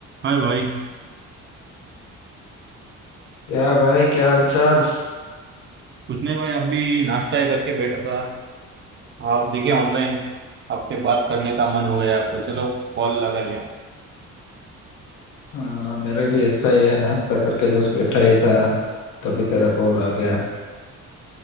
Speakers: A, on the right; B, on the left.
A: हाय भाई
B: क्या भाई क्या हाल चाल
A: कुछ नहीं भाई आप भी नाश्ता ही करके बैठा था आप दिखे ऑनलाइन आपसे बात करने का मन हो गया आपको चलो कॉल लगा लिया
B: हाँ मेरे भी ऐसा ही है नाश्ता करके जस्ट बैठा ही था तभी तेरा कॉल आ गया